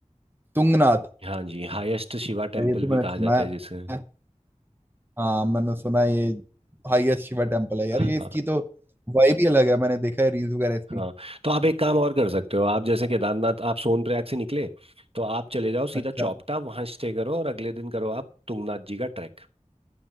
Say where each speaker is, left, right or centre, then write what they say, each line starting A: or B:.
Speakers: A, on the right; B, on the right.
A: तुंगनाथ
B: हाँ जी हाईएस्ट शिवा टेम्पल
A: यार ये तो
B: भी
A: मैंने
B: कहा
A: सुना
B: जाता है जिसे
A: है हाँ मैंने सुना है ये हाईएस्ट शिवा टेम्पल है यार
B: हाँ
A: ये इसकी तो वाइब ही अलग है मैंने देखा है रील्स वगैरह इस
B: हाँ
A: पे।
B: तो आप एक काम और कर सकते हो आप जैसे केदारनाथ आप सोनप्रयाग से निकले तो आप चले जाओ सीधा
A: अच्छा
B: चौपटा वहां स्टे करो और अगले दिन करो आप तुंगनाथ जी का ट्रैक